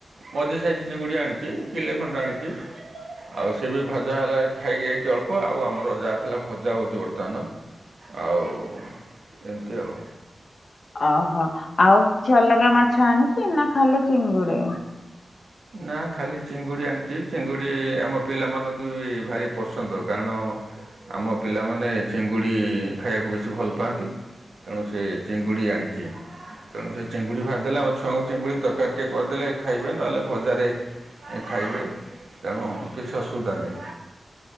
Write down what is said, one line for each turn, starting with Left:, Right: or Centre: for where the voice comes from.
Right: ମଝି ସାଇଜ ଚିଙ୍ଗୁଡ଼ି ଆଣିଚି। କିଲେ ଖଣ୍ଡେ ଆଣିଚି। ଆଉ ସେ ବି ଭଜା ହେଲାଣି ଖାଇକି ଯାଇଚି ଅଳ୍ପ। ଆଉ ଆମର ଯାହା ଥିଲା ଭଜା ହଉଛି ବର୍ତ୍ତମାନ। ଆଉ ଏମିତି ଆଉ।
Left: ଓହୋ ଆଉ କିଛି ଅଲଗା ମାଛ ଆଣିଚି ନା ଖାଲି ଚିଙ୍ଗୁଡ଼ି?
Right: ନା ଖାଲି ଚିଙ୍ଗୁଡ଼ି ଆଣିଚି। ଚିଙ୍ଗୁଡ଼ି ଆମ ପିଲାମାନଙ୍କୁ ବି ଭାରି ପସନ୍ଦ। କାରଣ? ଆମ ପିଲାମାନେ ଚିଙ୍ଗୁଡ଼ି ଖାଇବାକୁ ବେଶୀ ଭଲ ପାଆନ୍ତି ତେଣୁ ସେ ଚିଙ୍ଗୁଡ଼ି ଆଣିଛି। ତେଣୁ ସେ ଚିଙ୍ଗୁଡ଼ି ଭାଜିଦେଲେ ଆମ ଛୁଆଙ୍କୁ ଚିଙ୍ଗୁଡ଼ି ତରକାରି ଟିକେ କରିଦେଲେ ଖାଇବେ ନହେଲେ ଭଜାରେ ଖାଇବେ ତେଣୁ କିଛି ଅସୁବିଧା ନାହିଁ।